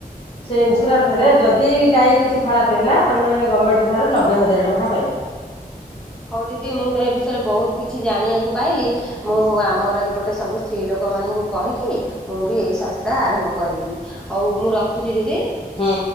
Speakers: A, on the left (about 35°); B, in the centre.
A: ସେ ଇନସୁରାନସ୍ ରେ ଯଦି ବି ଗାଈ କିଛି ଖରାପେ ହେଲା ତମେ ଗଭର୍ଣମେଣ୍ଟ ଠାରୁ ନବେ ହଜାର ଟଙ୍କା ପାଇବ।
B: ହଉ ଦିଦି ମୁଁ ତ ଏ ବିଷୟରେ ବହୁତ କିଛି ଜାଣିବାକୁ ପାଇଲି। ମୁଁ
A: ହୁଁ
B: ଆମର ପଟେ ସବୁ ସ୍ତ୍ରୀ ଲୋକମାନଙ୍କୁ କହିକି। ମୁଁ
A: ହୁଁ
B: ବି ଏଇ ସଂସ୍ଥା ଆରମ୍ଭ କରିବି ହଉ ମୁଁ ରଖୁଛି ଦିଦି।
A: ହୁଁ।